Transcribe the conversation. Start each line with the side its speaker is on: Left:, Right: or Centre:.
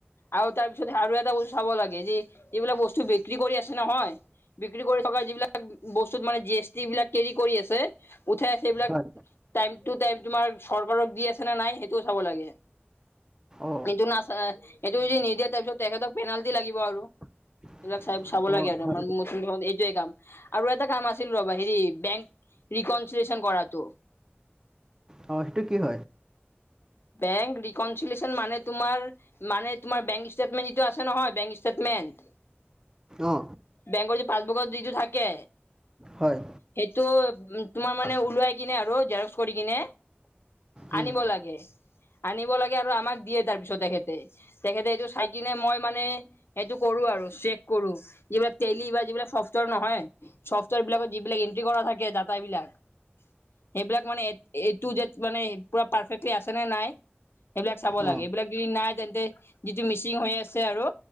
Left: আৰু তাৰ পিছত আৰু এটা বস্ত চাব লাগে যে এইবিলাক বস্তু বিক্ৰী কৰি আছে নহয়। বিক্ৰী কৰি থকা যিবিলাক বস্তুত মানে জি এছ টি বিলাক কেৰি কৰি আছে উঠাই আছে এইবিলাক।
Right: হয়
Left: টাইম টো টাইম তোমাৰ চৰকাৰক দি আছে নে নাই সেইটোও চাব লাগে।
Right: অ
Left: এইটো নাচা সেইটো যদি নিদিয়ে তাৰপিছত তেখেতক পেনাল্টি লাগিব আৰু।
Right: <inaudible>
Left: এইবিলাক চাই চাব
Right: অ
Left: লাগে আৰু
Right: হয়
Left: আমাৰ মুত এইটোৱে কাম আৰু এটা কাম আছিল ৰবা হেৰি বেংক। ৰিকনচিল্যন কৰাটো।
Right: অ সেইটো কি হয়?
Left: বেংক ৰিকনচিল্যচন মানে তোমাৰ মানে তোমাৰ বেংক ষ্টিটমেন্ত যিটো আছে- আছে নহয় বেং ষ্টেটমেণ্ট
Right: অ
Left: বেংকৰ যে পাচবুকত যিটো থাকে।
Right: হয়
Left: সেইটো তোমাৰ মানে ওলোৱাই কিনে আৰু জেৰক্স কৰি কিনে।
Right: উম,
Left: আনিব লাগে। আনিব লাগে আৰু আমাক দিয়ে তাৰ পিছত তেখেতে তেখেতে এইটো চাই কিনে মই মানে। সেইটো কৰোঁ আৰু চেক কৰোঁ যিবিলাক টেলি বা যিবিলাক চফ্টৱেৰ নহয় চফ্টৱেৰ বিলাকত যিবিলাক- তাতে এনটি কৰা থাকে দাতা বিলাক সেইবিলাক মানে এই টু যেত- মানে পুৰা পাৰফেক্টলি আছে নে নাই সেইবিলাক চাব লাগে
Right: অ
Left: এইবিলাক যদি নাই- তেনেতে যিটো মিচিং হৈ আছে আৰু